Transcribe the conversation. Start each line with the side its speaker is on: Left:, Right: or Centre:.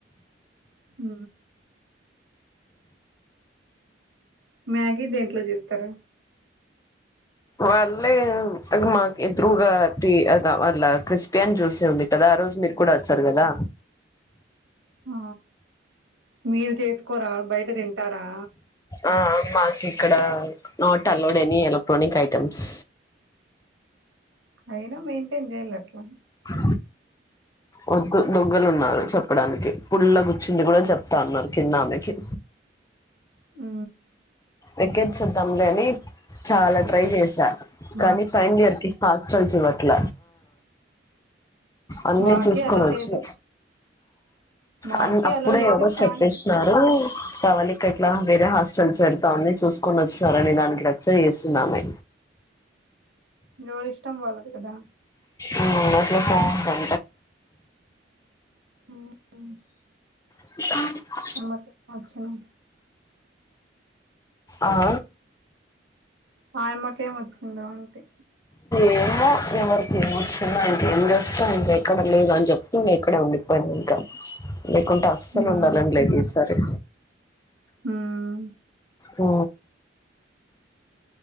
Right: ఉ మ్యాగీ దేంట్లో చేస్తారు
Left: వాళ్ళే అ మాకు ఎదురుగా అది వాళ్ళ క్రిస్పి అని చూసే ఉంది కదా ఆ రోజు మీరు కూడా వచ్చారు కదా
Right: ఆ మీరు చేసుకోరా బయట తింటారా
Left: ఆ మాకు ఇక్కడ not allowed any electronic items
Right: అయినా మెయింటైన్ చేయాల అట్లా
Left: క వద్దు దొంగలున్నారు చెప్పడానికి పుల్ల కూర్చింది కూడా చెప్తా ఉన్నారు కిన్నామెకి
Right: ఆ
Left: ఎక్కెర్ చిద్దాంలేని చాలా ట్రై చేశారు
Right: మా
Left: కానీ ఫైన్ ఇయర్ కి హాస్టల్స్ ఇవ్వట్ల అన్నీ
Right: మాకి
Left: చూసుకోని
Right: అలో
Left: వచ్చు
Right: లేదు మాకి
Left: అ అప్పుడే
Right: అలో లేదు
Left: ఎవరో
Right: కానీ
Left: చెప్పేస్తున్నారు కావలిక ఇట్లా వేరే హాస్టల్ జరి తాంది చూసుకొనిచ్చినారు అనే దానికి రచ్చ చేసిందామే
Right: ఎవరి ఇష్టం వాళ్లది కదా
Left: ఆ అట్ల ఫ్లో ఉంటది
Right: ఉహు
Left: అ
Right: ఇప్పుడు మరికేల్ కి వచ్చినం
Left: ఆ
Right: ఆయమ్మ కేం వచ్చిందో అంటి
Left: ఏమో ఎవరికి ఏం వచ్చిందొ ఇంక ఏం జెస్తం ఇంకెక్కడ లేదు అని చెప్తు అక్కడే ఉండిపోయింది ఇంకా లేకుంటే అస్సలు
Right: హ్మ్
Left: ఉండాలని లేదు ఈసారి
Right: హ్మ్
Left: ఆ